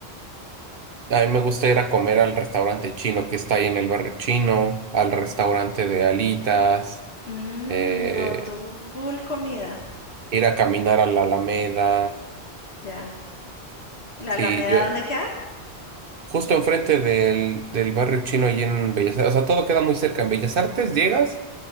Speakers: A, on the right; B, on the left.
A: a mí me gusta ir a comer al restaurante chino que está ahí en el barrio chino, al restaurante de alitas,
B: Mm,
A: eh,
B: no, tú full comida.
A: ir a caminar a la Alameda.
B: Ya. ¿La
A: Sí,
B: Alameda
A: yo,
B: dónde queda?
A: justo enfrente del, del barrio chino ahí en Bellas Artes, o sea, todo queda muy cerca. En Bellas Artes llegas.